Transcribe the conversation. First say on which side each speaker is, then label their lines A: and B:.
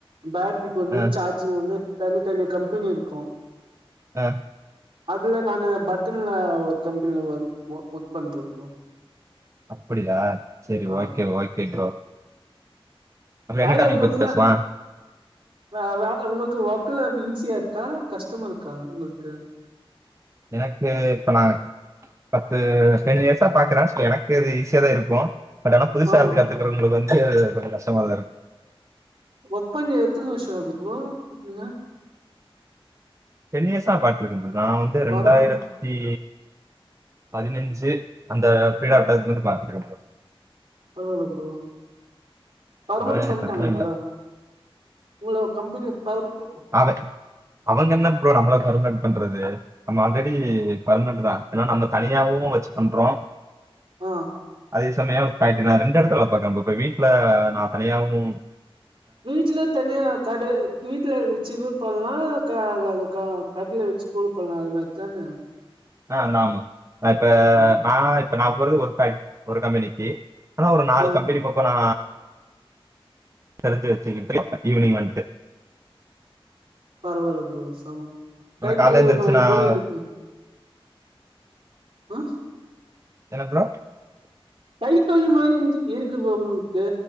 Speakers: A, on the right; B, on the right.
A: பேட்ரிக்கு ஒன்னு
B: அ
A: சார்ஜிங் ஒண்ணு தனி தனி கம்பெனி இருக்கு
B: அ
A: அதுல நானு பட்டன்ல கம்பெனில ஒர்க் ஒ ஒர்க் பண்ற ப்ரோ
B: அப்படியா செரி
A: ஆ
B: ஓகே ஓகே ப்ரோ நம்ம
A: பய
B: என்ன டாபிக்
A: உங்கள்க்ல
B: பத்தி பேசலாம்?
A: ஆ உங்களுக்கு வொர்க்கல்லா எப்ப ஈஸியா இருக்கா கஷ்டமா இருக்கா உங்கள்க்கு
B: எனக்கு இப்ப நா பத்து டென் இயர்ஸா பாக்குற சோ எனக்கு அது ஈஸியாதா இருக்கு பட் ஆனா புதுசா
A: ஆ
B: இருந்து கத்துக்கறவங்களுக்கு வந்து கொஞ்ச கஷ்டமாதா இருக்கு
A: ஒர்க் பண்ணி எத்தன வருஷ ஆகுது ப்ரோ நீங்க
B: டென் இயர்ஸா பாட்ருக்கே ப்ரத நா வந்து ரெண்டாயிரத்தி
A: பரவா
B: பதினஞ்சு அந்த <unintelligible>
A: ம்
B: இந்து பாத்துக்கற ப்ரோ
A: பரவால்ல ப்ரோ பர்மனெட்
B: அதனால எனக்கு
A: பண்ட்டாங்க
B: பிரச்சனை
A: உங்கள
B: இல்லை
A: உங்கள கம்பெனில பர்மனன்ட்
B: அட அவங்க என்ன ப்ரோ நம்மள பர்மனன்ட் பண்றது நம்ம ஆல்ரெடி பர்மனன்ட்தா ஏன்னா நம்ம தனியாவு வெச்சு பண்றோ
A: ஆ
B: அதே சமய ரைட்டு நா ரெண்டு எடத்துல பாக்க ப்ரோ இப்ப வீட்ல நா தனியாவு
A: வீட்ல தனியா கட வீட்டுல வெச்சு கூட பண்லா க க கடில வெச்சு கூட பண்லா அது மாரித்தான
B: ஆ நாமா இப்ப
A: ஆ
B: நா இப்ப நா போறது ஒரு பே ஒரு கம்பெனிக்கு ஆனா ஒரு நாலு
A: ஆ
B: கம்பெனி பக்க நா தெரிஞ்சு வச்சுகிட்டு ஈவினிங் வன்ட்டு
A: பரவால்ல ப்ரோ செம
B: இப்ப
A: கைத்தொழு
B: நான் காலையில எந்திரிச்சு
A: மா
B: நான்
A: கூட இருக்கு ஆ
B: என்ன ப்ரோ
A: கைத்தொழில் மாரி இஞ் இருக்கு ப்ரோ உங்கக்கு